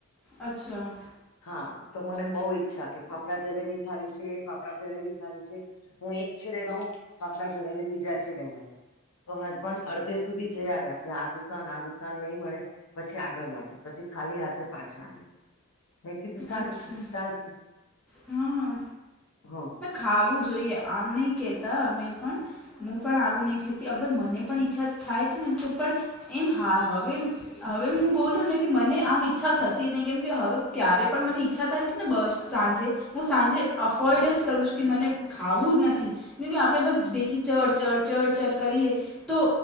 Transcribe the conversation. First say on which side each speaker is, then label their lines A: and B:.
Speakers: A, in the centre; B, on the left.
A: અચ્છા.
B: હા તો મને બઉ ઈચ્છા કે ફાફડા જલેબી ખાવી છે. ફા ફાફડા જલેબી ખાવી છે. હું એક છેડે રઉ ફાફડા જલેબી બીજા છેડે મળે. તો હસબન્ડ અડધે સુધી જઈ આવ્યા છે. આ દ દુકાન આ દુકાન નહી મળે પછી આગળ મળશે પછી ખાલી હાથે પાછા આવ્યા. મે કીધું સારું
A: અચ્છા
B: છે ચાલશે.
A: હા.
B: હા.
A: ખાવું જોઈએ આમ નહી કેતા અમે પણ મું પણ આવું નહી ખતી અગર મને પણ ઈચ્છા થાય ને તો પણ એમ હા હવે હવે હું બોલું ને કે મને આમ ઈચ્છા થતી નહી કેમ કે હવે ક્યારે પણ મને ઈચ્છા થાય છે. ને બસ સાંજે હું સાંજે અફોર્ડ જ કરું છ કે મને ખાવું જ નથી. કે-કે આપણે બસ ડેલી ચડ-ચડ-ચડ ચર કરીએ તો